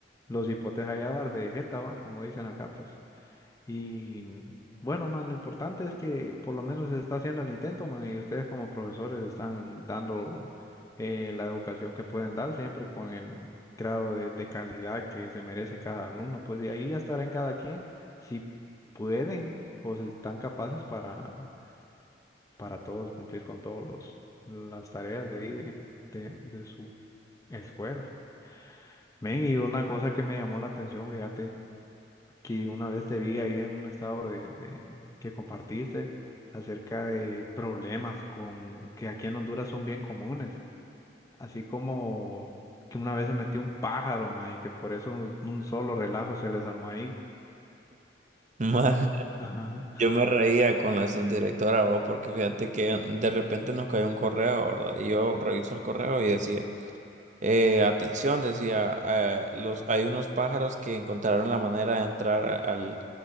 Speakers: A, on the left; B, on the right.
A: los hipotes allá dar de jeta van, como dicen acá, pues. Y bueno, man, lo importante es que por lo menos se está haciendo el intento, man, y ustedes como profesores están dando eh, la educación que pueden dar siempre con el grado de, de calidad que se merece cada alumno. Pues de ahí ya estará en cada quien si pueden o se están capaces para, para todos cumplir con todos los las tareas de ahí de, de, de su escuela. Men, y una cosa que me llamó la atención, fíjate que una vez te vi ahí en un estado de, de- que compartiste acerca de problemas con que aquí en Honduras son bien comunes, así como que una vez se metió un pájaro, ma, y que por eso un, un solo relajo se les armó ahí.
B: <laughs> Ma,
A: Ah, Ajá.
B: Yo me reía con la subdirectora, vos, porque fíjate que de repente nos cayó un correo, ¿verdad? Y yo reviso el correo y decía... Eh, atención, decía, eh, los, hay unos pájaros que encontraron la manera de entrar al,